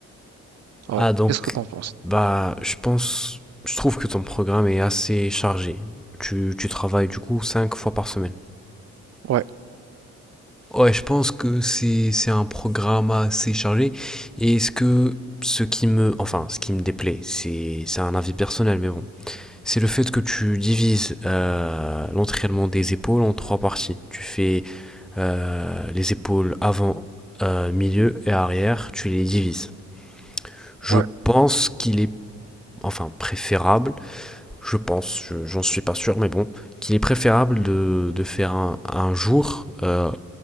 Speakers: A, on the right; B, in the centre.
A: Alors,
B: Ah donc,
A: qu'est-ce que t'en penses?
B: bah je pense, je trouve que ton programme est assez chargé. Tu, tu travailles du coup cinq fois par semaine.
A: Ouais,
B: Ouais, je pense que c'est c'est un programme assez chargé. Et ce que ce qui me enfin ce qui me déplaît, c'est c'est un avis personnel, mais bon, c'est le fait que tu divises euh, l'entraînement des épaules en trois parties. Tu fais euh, les épaules avant, euh, milieu et arrière, tu les divises. Je
A: ouais.
B: pense qu'il est enfin préférable, je pense, je- j'en suis pas sûr, mais bon, qu'il est préférable de, de faire un, un jour euh,